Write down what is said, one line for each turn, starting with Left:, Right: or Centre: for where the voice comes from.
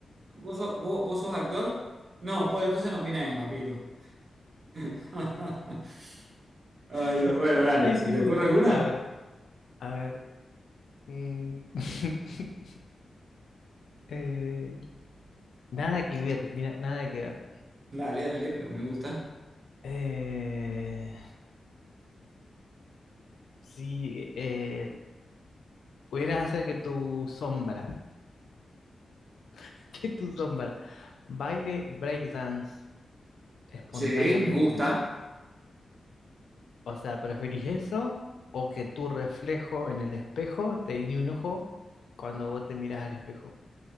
Right: ¿vos sos, vos, vos sos actor? No, pues entonces no opináis, papito. <laughs> Ay,
Left: <laughs>
Right: Dios, bueno, dale.
Left: Ay,
Right: ¿Se
Left: sí
Right: te
Left: me
Right: ocurre
Left: gustó.
Right: alguna?
Left: A ver, a ver. mm, <laughs> eh, nada que ver, mira, nada que ver.
Right: Dale, dale, pero me gusta.
Left: Eh, si eh, pudieras hacer que tu sombra, <laughs> que tu sombra, baile breakdance espontáneamente,
Right: Sí, me gusta.
Left: o sea, ¿preferís eso o que tu reflejo en el espejo te guiñe un ojo cuando vos te mirás al espejo?